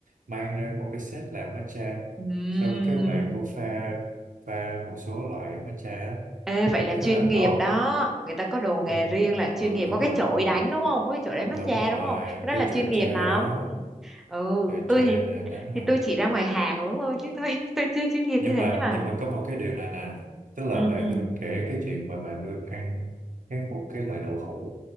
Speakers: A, on the right (about 65°); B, in the centre.
A: mang ra một cái set làm matcha.
B: Ừm.
A: Xong cái bạn cũng pha pha một số loại matcha á,
B: Ê vậy
A: cũng
B: là
A: khá
B: chuyên
A: là
B: nghiệp
A: ngon.
B: đó người ta có đồ nghề
A: Ừ,
B: riêng là chuyên
A: ừ,
B: nghiệp
A: đúng
B: có cái
A: rồi,
B: chổi
A: đúng rồi.
B: đánh đúng không có cái chổi đánh
A: Đúng
B: matcha
A: rồi,
B: đúng không cái đó
A: cái
B: là chuyên
A: chổi
B: nghiệp
A: tre
B: lắm
A: đó,
B: ừ
A: chổi
B: tôi
A: tre
B: thì
A: này đánh
B: thì
A: là
B: tôi chỉ ra ngoài hàng uống thôi chứ tôi <laughs> tôi chưa chuyên nghiệp
A: nhưng
B: như thế
A: mà
B: nhưng mà
A: nhưng mà có một cái điều này nè, tức là
B: ừ
A: bạn
B: ừ
A: tôi kể cái chuyện mà bạn tôi ăn cái một cái loại đậu hũ